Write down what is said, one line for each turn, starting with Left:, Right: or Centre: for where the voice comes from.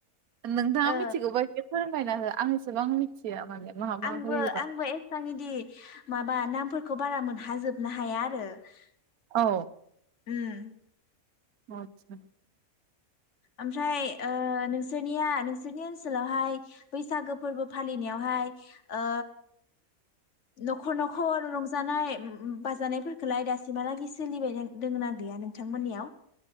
Right: नोंथाङा
Left: ओ
Right: मिथिगौबा फोरोंबायना हो आं एसेबां मिथिया माने मा मा
Left: आंबो
Right: होयोबा
Left: आंबो एसां इदि माबा नामफोर खौ बारा मोनहाजोबनो हाया आरो ।
Right: औ
Left: ओम
Right: अतसा
Left: ओमफ्राय ओ नों नोंसोरनिया नोंसोरनि ओनसोलावहाय बैसागो फोरबो फालिनायावहाय ओ न'खर न'खर रंजानाय बाजानायफोरखौलाय दासिमहालागै सोलिबाय दोङ ना गैया नोंथांमोननियाव